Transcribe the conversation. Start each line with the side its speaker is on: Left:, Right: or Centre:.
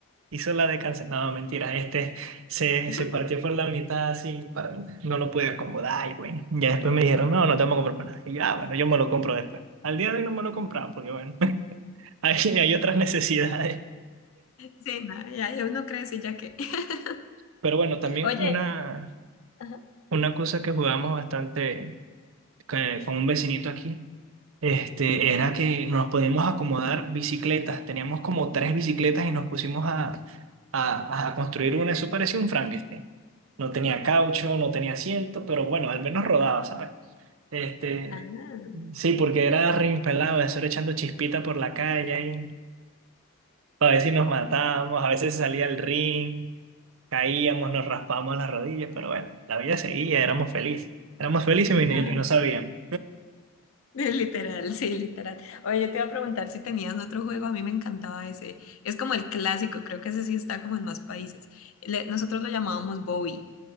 Right: Hizo la de cáncer. No, mentira, este se,
Left: <laughs>
Right: se partió por la mitad así para mí. No lo pude acomodar y bueno. Ya después me dijeron, no, no te vamos a comprar más nada. Y yo, ah, bueno, yo me lo compro después. Al día de hoy no me lo he comprado porque bueno, <laughs> hay, hay otras necesidades.
Left: Sí, no, ya ya uno crece ya que. <laughs>
Right: Pero bueno, también
Left: Oye,
Right: una,
Left: ajá,
Right: una cosa que jugamos bastante que- con un vecinito aquí Este, era que nos podíamos acomodar bicicletas. Teníamos como tres bicicletas y nos pusimos a, a, a construir una. Eso parecía un Frankenstein. No tenía caucho, no tenía asiento, pero bueno, al menos rodaba, ¿sabes? Este,
Left: ah,
Right: sí, porque era reimpelado, eso era echando chispita por la calle. y a veces nos matábamos, a veces salía el ring, caíamos, nos raspábamos las rodillas, pero bueno, la vida seguía, éramos felices. Éramos felices y, y
Left: ay,
Right: no sabíamos.
Left: <laughs> Es Literal, sí, literal. Oye, yo te iba a preguntar si tenías otro juego, a mí me encantaba ese. Es como el clásico, creo que ese sí está como en más países. Le- nosotros lo llamábamos Bobby